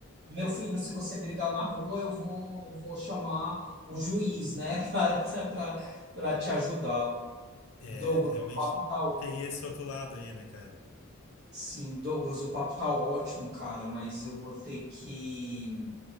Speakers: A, on the right; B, on the left.
A: Meu filho, se você brigar na rua, eu vou, eu vou chamar o juiz, né, <laughs> para te ajudar.
B: É,
A: Douglas,
B: realmente
A: o papo tá. ó-
B: tem esse outro lado aí, né, cara? <laughs>
A: Sim, Douglas, o papo tá ótimo, cara, mas eu vou ter que